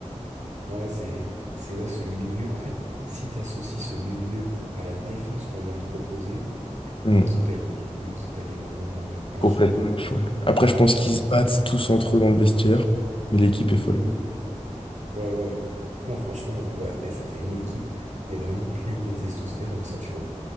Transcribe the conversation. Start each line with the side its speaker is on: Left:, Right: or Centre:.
Right: Non, ouais, c'est, c'est ouais, ce milieu. En fait, si t'associes ce milieu à la défense qu'on vient de proposer,
Left: Hmm,
Right: l'équipe, elle, est- l'équipe, elle est vraiment euh, injouable.
Left: complètement folle. Après, je pense qu'ils
Right: Ouais.
Left: se battent tous entre eux dans le vestiaire, mais l'équipe est folle.
Right: Mm. Ouais, ouais, ouais. Non, franchement, euh, ouais, et ça fait une équipe, mais vraiment pleine de testostérone, ça, tu vois.